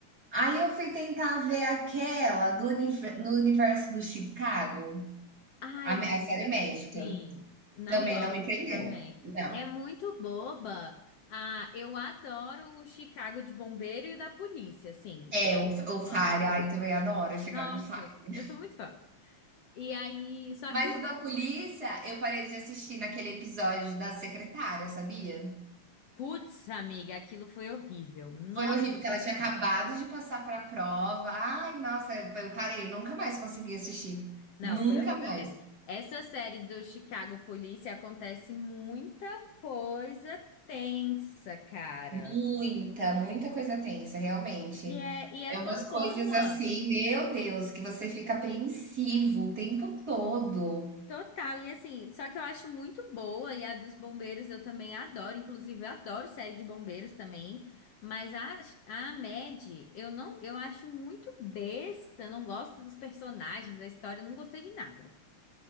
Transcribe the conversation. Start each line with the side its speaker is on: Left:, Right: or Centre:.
Right: Aí eu fui tentar ver aquela do, univer- do universo do Chicago.
Left: Ai,
Right: A, me-
Left: menina,
Right: a série médica.
Left: sim, não
Right: Também
Left: gosto
Right: não me prendeu.
Left: também.
Right: Não.
Left: É muito boba. Ah, eu adoro o Chicago de bombeiro e o da polícia, assim, sou
Right: É, o,
Left: muito
Right: o
Left: fã.
Right: Fire, ai, também adoro Chicago
Left: Nossa,
Right: Fire.
Left: eu sou muito fã. E aí, só
Right: Mas
Left: que o
Right: o da polícia, eu parei de assistir naquele episódio da secretária, sabia?
Left: Putz, amiga, aquilo foi horrível. Nossa
Right: Foi horrível, porque ela tinha
Left: Senhora.
Right: acabado de passar pra prova. Ai, nossa, eu, eu parei, nunca mais consegui assistir.
Left: Não,
Right: Nunca
Left: foi horrível
Right: mais.
Left: mesmo. Essa série do Chicago Police acontece muita coisa tensa, cara.
Right: Muita, muita coisa tensa, realmente.
Left: E é, e é
Right: É umas
Left: tão boa.
Right: coisas assim, meu Deus, que você fica apreensivo o tempo todo.
Left: Total. E assim, só que eu acho muito boa. E a dos bombeiros eu também adoro. Inclusive, eu adoro série de bombeiros também. Mas a, a Mad, eu não, eu acho muito besta. Eu não gosto dos personagens, da história, eu não gostei de nada.